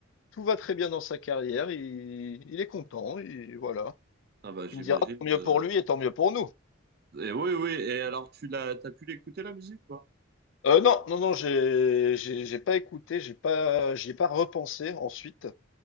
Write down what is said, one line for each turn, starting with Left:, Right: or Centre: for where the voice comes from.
Left: tout va très bien dans sa carrière, il il est content, il voilà.
Right: Ah bah j'imagine.
Left: Tu me diras, tant mieux
Right: euh,
Left: pour lui et tant mieux pour nous.
Right: Et oui, oui, et alors tu l'as, t'as pu l'écouter la musique ou pas?
Left: Euh, non, non, non, j'ai, j'ai j'ai pas écouté, j'ai pas, j'y ai pas repensé ensuite,